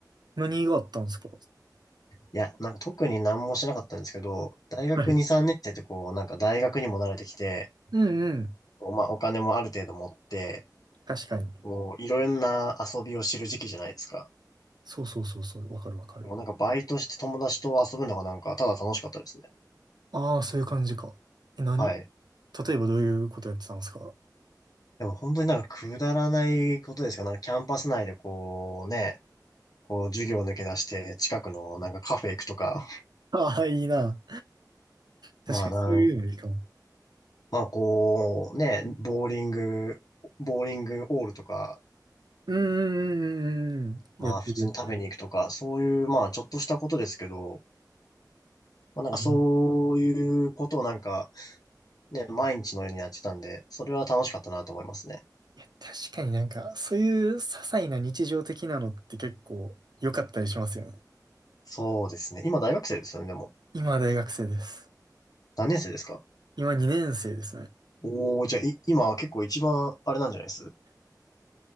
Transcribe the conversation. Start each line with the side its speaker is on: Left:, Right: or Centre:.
Right: 何があったんですか
Left: いや、なんか特に何もしなかったんですけど、大学2、
Right: はい。
Left: 3年生ってこう、なんか大学にも慣れてきて、
Right: うんうん。
Left: こうまあ、お金もある程度持って、
Right: 確かに。
Left: こう、いろんな遊びを知る時期じゃないですか。
Right: そうそうそうそう。わかるわかる。
Left: もうなんかバイトして友達と遊ぶのがなんか、ただ楽しかったですね。
Right: ああ、そういう感じか。え、なん、
Left: はい。
Right: 例えばどういうことやってたんですか
Left: でも本当になんかくだらないことですが、なんかキャンパス内でこうね、こう、授業抜け出して、近くのなんかカフェ行くとか、
Right: あ <laughs> あー、いいな。確かにそういうのいいかも。
Left: まあなん、まあこう、ね、ボーリング、ボーリングオールとか、
Right: うーん。
Left: まあ普通に食べに行くとか、
Right: やってるやってる。
Left: そういう、まあちょっとしたことですけど、まあなんかそういうことをなんか、
Right: ああ。
Left: ね、毎日のようにやってたんで、それは楽しかったなと思いますね。
Right: いや、確かになんか、そういう些細な日常的なのって結構良かったりしますよね。
Left: そうですね。今大学生ですよね、でも。
Right: 今は大学生です。
Left: 何年生ですか
Right: 今2年生ですね。
Left: おー、じゃあ、い、今は結構一番あれなんじゃないです